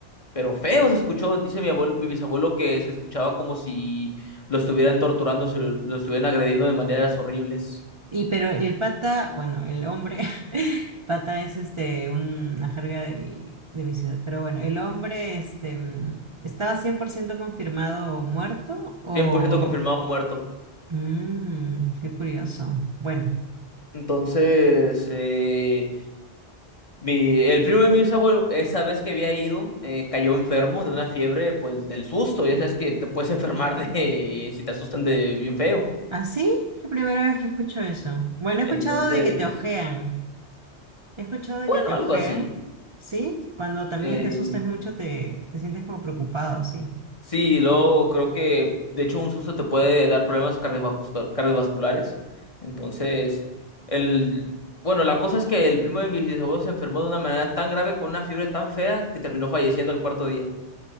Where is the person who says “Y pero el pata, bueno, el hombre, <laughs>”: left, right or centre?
Right